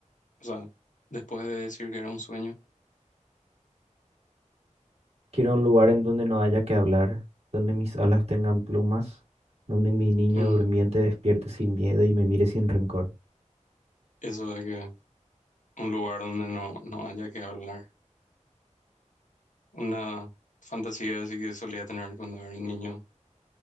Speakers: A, on the left; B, on the right.
A: o sea, después de decir que era un sueño.
B: quiero un lugar en donde no haya que hablar, donde mis alas tengan plumas, donde mi niño
A: Mm,
B: durmiente despierte sin miedo y me mire sin rencor.
A: Eso de que un lugar donde no, no haya que hablar. Una fantasía así que solía tener cuando era niño